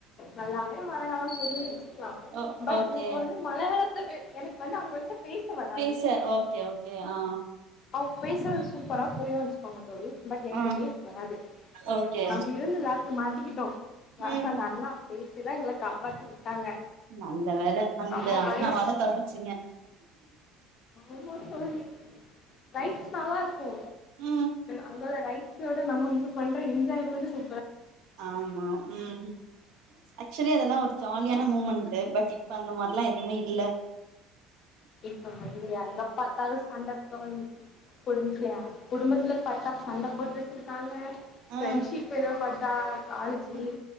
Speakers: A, on the left (about 50°); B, on the right (about 75°).
A: நல்லாவே மலையாளோ புரிஞ்சிக் கலா
B: ஓ
A: பட்
B: ஓகே
A: எனக்கு வந்து மலையாளத்த எனக்கு வந்து அவங்கள்ட்ட பேச வராது
B: பேச ஓகே ஓகே ஆ
A: அவங்க பேசுறது சூப்பரா புரியு வச்சுக்கோங்க தோழி பட் எங்களுக்கு
B: ஆ
A: பேச வராது
B: ஓகே
A: அப்டி இருந்து லாஸ்ட்ல மாட்டிக்கிட்டோ லாஸ்ட்ல
B: ம்
A: அந்த அண்ணா பே சிதான் எங்கள காப்பாத்தி விட்டாங்க
B: நல்ல வேள அந்த
A: செம்ம
B: அண்ணாவால
A: பயம்
B: தப்பிச்சீங்க.
A: ஆமா தோழி ரைட்ஸ் நல்லா இருக்கு
B: ம்
A: அதோட ரைட்ஸ விட நம்ம இது பண்ற என்ஜாய்மெண்ட்டு சூ
B: ஆமா ம் ஆக்சுவலி அதெல்லா ஒரு ஜாலியான மூமெண்ட்டு பட் இப்ப அந்த மாரெல்லா எதுமே இல்ல
A: இப்ப வந்து எங்க பாத்தாலும் சண்ட தோழி <unintelligible> குடும்பத்துல பாத்தா சண்ட போட்டுட்ருக்காங்க ஃப்ரெண்ட்ஷிப்பினு
B: ஆ
A: பாத்தா காலேஜ்லயே
B: ம்